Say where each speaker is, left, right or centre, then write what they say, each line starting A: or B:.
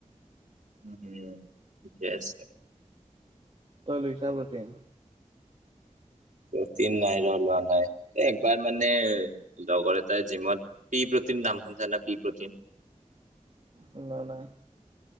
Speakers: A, on the right; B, on the right.
A: উম, উ, ঠিকে আছে।
B: তই লৈছা প্ৰটিন?
A: প্ৰটিন নাই লোৱা, লোৱা নাই, একবাৰ মানে লগৰ এটাই জিমত পি প্ৰটিন টিন নাম শুনিছানে নাই পি প্ৰ'টিন?
B: শুনা নাই।